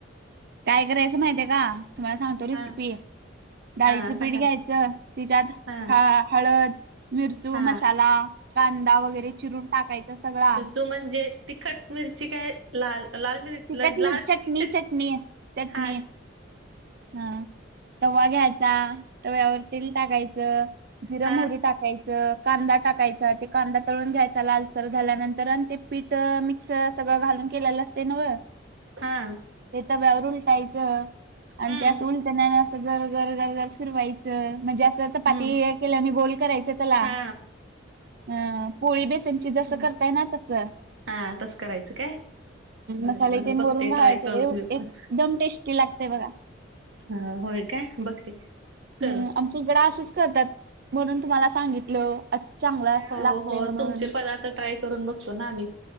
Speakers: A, on the right; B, on the right.
A: काय करायचं माहितीय का? तुम्हाला सांगते. तर रेसिपी,
B: हा
A: डाळीचं
B: हा सांगा
A: पीठ घ्यायचं तिच्यात
B: हा
A: ह हळद, मिरचू,
B: हा
A: मसाला, कांदा वगैरे चिरून टाकायचा सगळा.
B: तो म्हणजे तिखट मिरची? काय लाल? लाल. मिर
A: ती
B: लाल
A: चट -चटणी,
B: मिरची
A: चटणी, चटणी
B: हा
A: हा. तवा घ्यायचा, तव्यावर तेल टाकायचं, जिर
B: हा
A: मोहरी टाका टाकायच, कांदा टाकायचा, ते कांदा तळून घ्यायचा लालसर झाल्यानंतर आणि ते पीठ मिक्स सगळं घालून केलेलं ते नव्ह.
B: हा.
A: ते तव्यावर उलटायचं, आणि
B: हम्म
A: ते अस उलतण्यानं, र घर घर घर फिरवायचं म्हणजे असं चपाती
B: हम्म
A: केल्यावाणि गोल करायच त्याला.
B: हा
A: अ पोळी बेसनची
B: हम्म
A: जसं, करताय ना तस.
B: हा तस करायचं काय. बर
A: मसाले
B: बरं
A: तेन
B: बघते
A: वरून घालायचं
B: ट्राय करून मी
A: एकदम
B: पण
A: टेस्टी लागतय बघा
B: ह होय काय, बघते करून.
A: हम्म आमच्या इकड असंच करतात, म्हणून तुम्हाला सांगितलो असं चांगला
B: हो
A: लागतय
B: हो
A: म्हणून.
B: तुमचे पदार्थ ट्राय करून बघतो ना आम्ही.